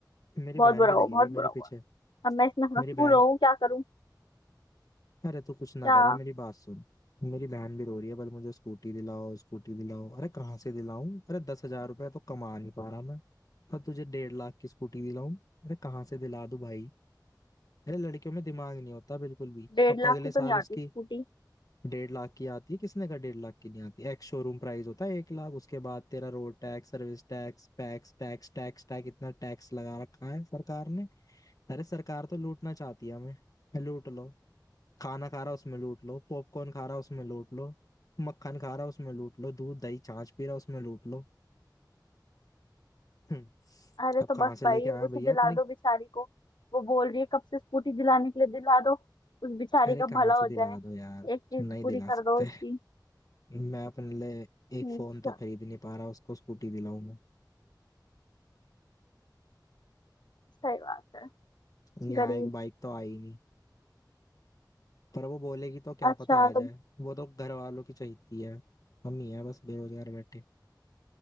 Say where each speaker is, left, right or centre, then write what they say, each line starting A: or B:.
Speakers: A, on the left; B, on the left.
A: मेरी
B: बहुत
A: बहन
B: बुरा
A: भी लगी
B: हुआ बहुत
A: हुई है
B: बुरा
A: मेरे
B: हुआ
A: पीछे
B: अब मैं इसमें
A: मेरी
B: मजबूर
A: बहन
B: हूँ क्या करूँ
A: अरे तू कुछ ना
B: क्या
A: करे मेरी बात सुन मेरी बहन भी रो रही है बोले मुझे स्कूटी दिलाओ स्कूटी दिलाओ अरे कहाँ से दिलाऊं अरे दस हजार रुपये तो कमा नहीं पा रहा मैं और तुझे डेढ़ लाख की स्कूटी दिलाऊं अरे कहाँ से दिला दूं भाई अरे लड़कियों में दिमाग नहीं होता बिल्कुल भी
B: डेढ़
A: अब
B: लाख
A: अगले
B: की तो
A: साल
B: नहीं आती
A: उसकी
B: स्कूटी
A: डेढ़ लाख की आती है किसने का डेढ़ लाख की नहीं आती एक्स शोरूम प्राइस होता है एक लाख उसके बाद तेरा road tax service tax packs tax tax tax इतना टैक्स लगा रखा है सरकार ने अरे सरकार तो लूटना चाहती है हमें लूट लो खाना खा रहा उसमें लूट लो पॉपकॉर्न खा रहा उसमें लूट लो मक्खन खा रहा उसमें लूट लो दूध दही छाछ पी रहा उसमें लूट लो हम्म,
B: अरे
A: अब
B: तो
A: कहाँ
B: बस
A: से
B: भाई
A: लेके आया
B: अब उसे
A: भैया
B: दिला
A: इतनी
B: दो बेचारी को वो बोल रही है कब से स्कूटी दिलाने के लिए दिला दो उस बेचारी
A: अरे
B: का
A: कहाँ
B: भला
A: से
B: हो
A: दिला
B: जाए
A: दो यार
B: एक चीज
A: नहीं
B: पूरी
A: दिला
B: कर
A: सकते
B: दो उसकी
A: मैं अपने लिए एक
B: अच्छा,
A: फोन तो खरीद नहीं पा रहा उसको स्कूटी दिलाऊंगा
B: सही बात है
A: यहाँ
B: गरीब
A: एक बाइक तो आई नहीं पर वो बोलेगी तो क्या
B: अच्छा
A: पता आ जाए
B: तो
A: वो तो घर वालों की चाहती है हम ही है बस बेरोजगार बैठे